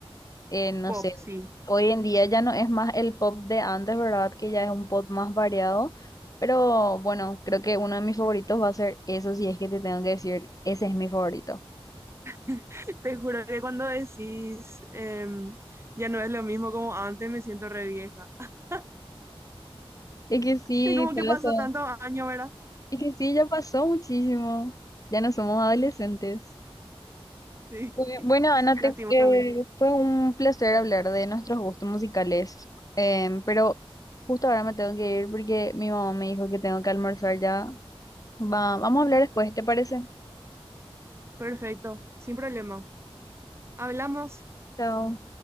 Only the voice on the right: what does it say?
Pop,
sí.
<laughs> Te juro que cuando decís em, ya no es lo mismo como antes, me siento re vieja. <laughs>
Es como
que pasó tantos años, ¿verdad?
Sí,
<laughs>
lastimosamente.
Perfecto, sin problema. Hablamos.